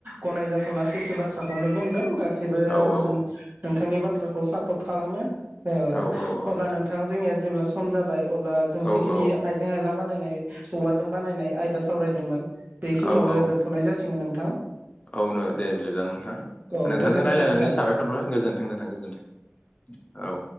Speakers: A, on the right; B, on the left.
A: गनायजाथावना सैथो बाथ्राखौनो बुंदों गासैबो
B: औ
A: आं
B: औ
A: नोंथांनि बाथ थ्राखौ साफथ खालामो ओ
B: औ औ औ
A: अब्ला नोंथां जोंनि जेब्ला सम जाबाय अब अब्ला जों जिखिनि
B: औ औ
A: आइजें आइला बानायनाय औवाजों बानायनाय आयदा सावरायदोंमोन बेखिनियावनो
B: औ औ
A: दोनथ'नाय जासिगोन नों
B: औ नो दे बिलिबा नोंथां
A: औ
B: नोंथांजों
A: गोजोन्थों
B: रायलायनानै
A: नोंथां
B: साबायखर बावबाय गोजोन्थों नोंथां गोजोन्थों औ